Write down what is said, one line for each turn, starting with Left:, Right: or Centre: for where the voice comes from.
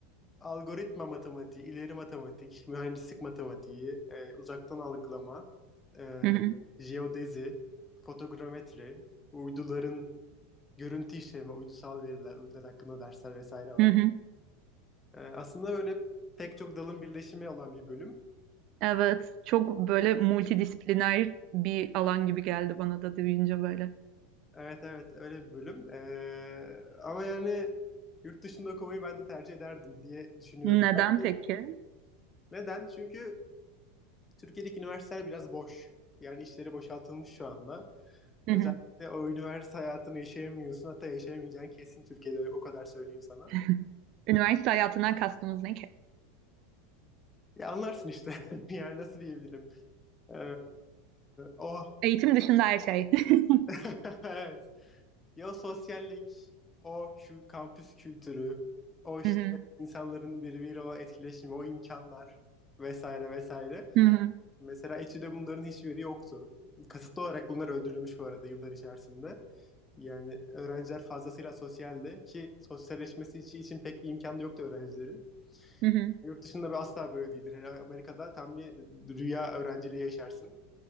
Left: Algoritma matematiği, ileri matematik, mühendislik matematiği, e, uzaktan algılama, e,
Right: Hı hı,
Left: jeodezi, fotogrametri, uyduların görüntü işleme, uydusal veriler, uydular hakkında dersler vesaire var.
Right: hı hı.
Left: Ee, aslında öyle pek çok dalın birleşimi olan bir bölüm.
Right: Evet, çok böyle multidisipliner bir alan gibi geldi bana da duyunca böyle.
Left: Evet evet öyle bir bölüm. Ee, ama yani yurt dışında okumayı ben de tercih ederdim diye düşünüyorum.
Right: Neden
Left: Yani
Right: peki?
Left: neden? Çünkü Türkiye'deki üniversiteler biraz boş. Yani işleri boşaltılmış şu anda. Özellikle
Right: Hı hı.
Left: o üniversite hayatını yaşayamıyorsun. Hatta yaşayamayacağın kesin Türkiye'de o kadar söyleyeyim sana.
Right: <laughs> Üniversite hayatından kastınız ne ki?
Left: Ya anlarsın işte. <laughs> yani nasıl diyebilirim? Ee, oh.
Right: Eğitim dışında her şey. <laughs>
Left: <laughs> evet. Ya sosyallik, o kül, kampüs kültürü, o işte
Right: Hı hı,
Left: insanların birbiriyle olan etkileşimi, o imkanlar vesaire vesaire.
Right: hı hı,
Left: Mesela etüde bunların hiçbiri yoktu. Kasıtlı olarak bunlar öldürülmüş bu arada yıllar içerisinde. Yani öğrenciler fazlasıyla sosyaldi ki sosyalleşmesi için, için pek bir imkan da yoktu öğrencilerin.
Right: hı hı,
Left: Yurt dışında bir asla böyle değildir. Hele Amerika'da tam bir rüya öğrenciliği yaşarsın.